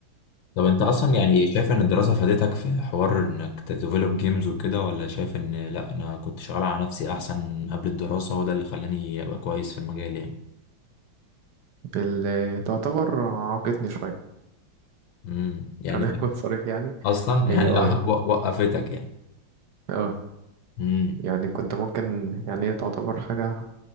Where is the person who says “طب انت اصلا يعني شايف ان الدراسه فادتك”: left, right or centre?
Left